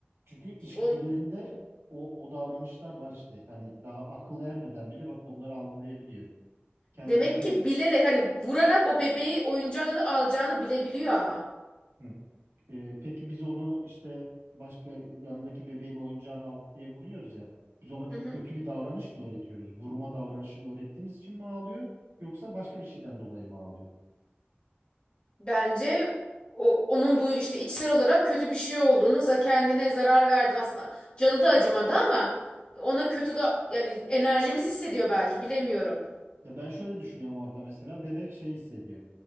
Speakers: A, on the right; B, on the left.
A: Çünkü içgüdülerinde
B: Onu,
A: o, o davranışlar var işte. Hani daha akıl ermeden bile bak onları algılayabiliyor. Kendi,
B: demek
A: ya o,
B: ki bilerek hani vurarak o bebeği oyuncağı da alacağını bilebiliyor ama.
A: Hı. Ee, peki biz onu işte başka yanındaki bebeğin oyuncağını aldık diye vuruyoruz ya. Biz ona bir
B: Hı hı.
A: kötü bir davranış mı öğretiyoruz? Vurma davranışını öğrettiğimiz için mi ağlıyor? Yoksa başka bir şeyden dolayı mı ağlıyor?
B: Bence o, onun bu işte içsel olarak kötü bir şey olduğunu za kendine zarar verdin aslında. Canı da acımadı ama ona kötü da yani enerjimiz hissediyor belki bilemiyorum.
A: Ya ben şöyle düşünüyorum orada mesela bebek şey hissediyor.